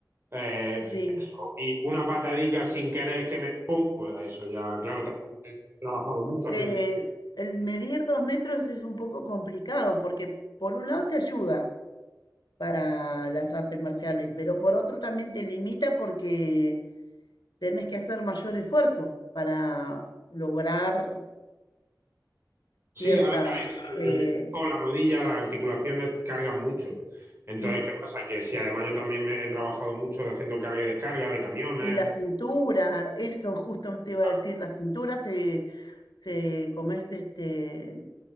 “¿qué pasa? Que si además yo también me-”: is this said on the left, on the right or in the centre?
Right